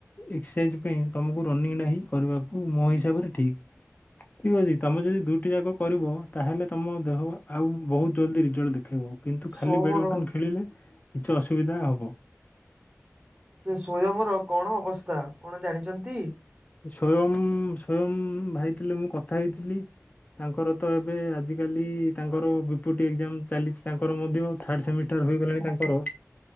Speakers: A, on the left (about 30°); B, on the right (about 25°).
A: ଏକ୍ସସାଇଜ ପାଇଁ ତୋମକୁ ରନିଂ ଟା ହିଁ କରିବା ତୁ ମୋ ହିସାବରେ ଠିକ। ଠିକ ଅଛି ତୋମେ ଯଦି ଦୁଇଟି ଯାକ କରିବ ତାହେଲେ ତୋମ ଦେହ ଆଉ ବହୁତ ଜଲଦି ରିଜଲ୍ଟ ଦେଖେଇବ। କିନ୍ତୁ ଖାଲି
B: ସୋମର
A: ବେଡମିଣ୍ଟନ ଖେଳିଲେ କିଛି ଅସୁବିଧା ହବ ।
B: ସେ ସ୍ଵୟମର କଣ ଅବସ୍ଥା କଣ ଜାଣିଚନ୍ତି?
A: ସ୍ଵୟମ ସ୍ଵୟମ ଭାଇ ଥିଲେ ମୁଁ କଥା ହେଇଥିଲି। ତାଙ୍କର ତ ଏବେ ଆଜିକାଲି ତାଙ୍କର ବିପୁଟି ଏକ୍ଜାମ ଚାଲିଛି ତାଙ୍କର ମଧ୍ୟ ଥାର୍ଡ ସେମିଷ୍ଟାର। ହୋଇଗଲାଣି ତାଙ୍କର।